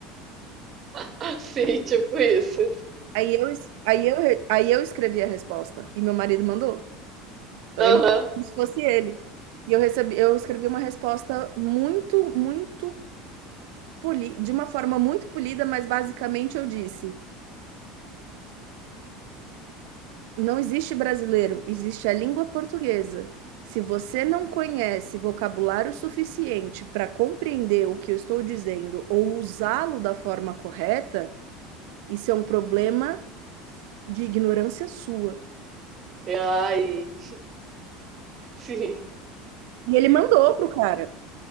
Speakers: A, on the right; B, on the right.
A: <laughs> sim tipo isso.
B: Aí eu, es- aí eu, re- aí eu escrevi a resposta e meu marido mandou. Então,
A: Aham.
B: ele, como se fosse ele. E eu recebi, eu escrevi uma resposta muito, muito poli- de uma forma muito polida, mas basicamente eu disse: não existe brasileiro, existe a língua portuguesa. Se você não conhece vocabulário suficiente para compreender o que eu estou dizendo ou usá-lo da forma correta, isso é um problema de ignorância sua.
A: Eu, Ai, sim.
B: E ele mandou pro cara.